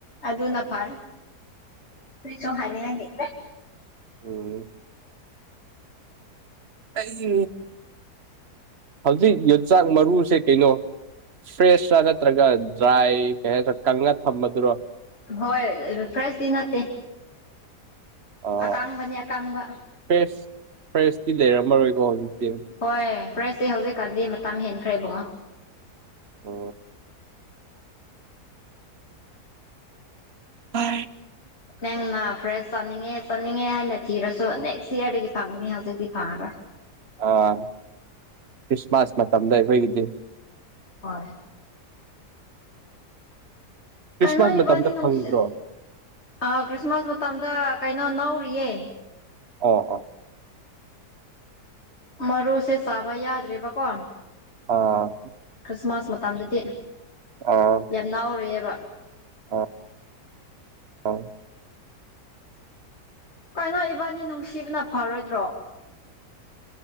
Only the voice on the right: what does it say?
ꯎꯝ ꯑꯩ ꯍꯧꯖꯤꯛ ꯌꯟꯆꯥꯛ ꯃꯔꯨꯁꯦ ꯀꯩꯅꯣ ꯐ꯭ꯔꯦꯁꯇꯥ ꯅꯠꯇ꯭ꯔꯒ ꯗ꯭ꯔꯥꯏ ꯀꯩ ꯍꯥꯏꯥ ꯀꯪꯉ ꯊꯝꯕꯗꯨꯔꯣ
ꯑꯣ
ꯐ꯭ꯔꯦꯁ ꯐ꯭ꯔꯦꯁꯇꯤ ꯂꯩꯔꯝꯃꯔꯣꯏꯀꯣ ꯍꯧꯖꯤꯛꯇꯤ
ꯑ ꯍ
ꯑꯥ ꯈ꯭ꯔꯤꯁꯃꯥꯁ ꯃ ꯆꯗ ꯀꯣꯏꯗꯤ
ꯈ꯭ꯔꯤꯁꯃꯥꯁ
ꯃꯇꯝꯗ
ꯐꯪꯗ꯭ꯔꯣ
ꯑꯣ ꯑꯣ
ꯑꯥ
ꯑ
ꯑ ꯑ